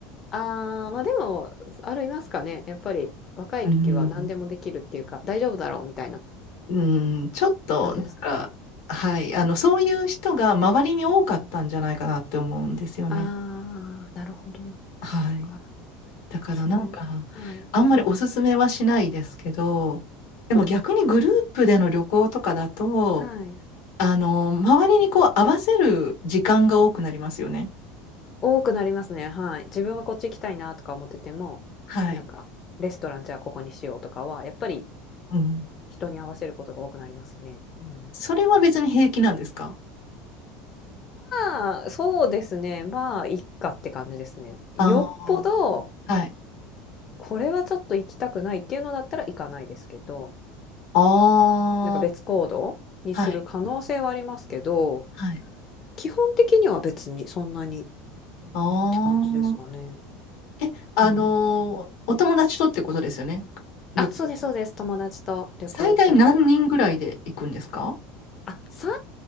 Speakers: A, on the left; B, on the left.
A: あー、まあでも、ありますかね。やっぱり若い時は何でもできるっていうか、
B: うん。
A: 大丈夫だろうみたいな
B: うん。ちょっと、
A: 感じですかね。
B: なんか、はい。あの、そういう人が周りに多かったんじゃないかなって思うんですよね。
A: うんうん。あー、なるほど。
B: はい。
A: そっか。
B: だからなんか、
A: そう。はい。
B: あんまりおすすめはしないですけど、
A: うん。
B: でも逆にグループでの旅行とかだと、
A: はい。
B: あの、周りにこう合わせる時間が多くなりますよね。
A: 多くなりますね。はい。自分はこっち行きたいなとか思ってても、
B: はい。
A: なんか、レストランじゃあここにしようとかは、やっぱり
B: うん。
A: 人に合わせることが多くなりますね。うん、
B: それは別に平気なんですか
A: まあ、そうですね。まあ、いっかって感じですね。よっぽど、
B: ああー、はい。
A: これはちょっと行きたくないっていうのだったら行かないですけど、
B: ああ、
A: なんか別行動にする可能性はありますけど、
B: はい。はい。
A: 基本的には別にそんなにっ
B: ああ。
A: て感じですかね。
B: え、あのー、
A: うん。
B: お友達とってことですよね。旅行。
A: あ、そうです、そうです。友達と旅行行ったりとか。
B: 最大何人ぐらいで行くんですか
A: あ、最